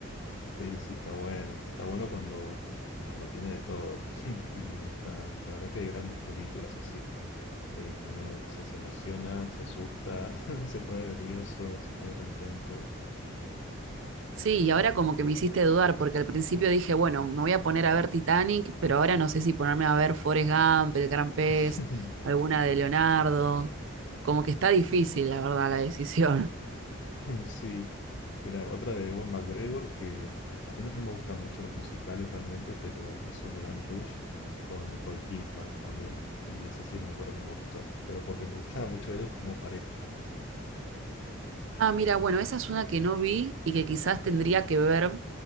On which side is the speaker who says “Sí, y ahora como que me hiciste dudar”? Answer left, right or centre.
Right